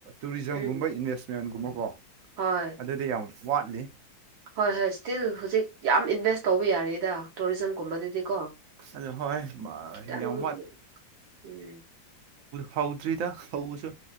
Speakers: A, on the right; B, on the right.
A: ꯇꯨꯔꯤꯖꯝꯒꯨꯝꯕ
B: ꯎꯝ
A: ꯏꯟꯚꯦꯁꯃꯦꯟꯒꯨꯝꯕꯀꯣ
B: ꯍꯣꯏ
A: ꯑꯗꯨꯗꯤ ꯌꯥꯝ ꯋꯥꯠꯂꯤ
B: ꯍꯣꯏ ꯍꯣꯏ ꯁ꯭ꯇꯤꯜ ꯍꯧꯖꯤꯛ ꯌꯥꯝ ꯏꯟꯚꯦꯁ ꯇꯧꯕ ꯌꯥꯔꯦꯗ ꯇꯨꯔꯤꯖꯝꯒꯨꯝꯕꯗꯗꯤꯀꯣ
A: ꯑꯗꯨ ꯍꯣꯏ ꯃꯥ,
B: ꯈꯤꯇꯪ
A: ꯌꯥꯝ
B: ꯎꯝ
A: ꯋꯥꯠ ꯍꯧꯗ꯭ꯔꯤꯗ ꯍꯧꯕꯁꯨ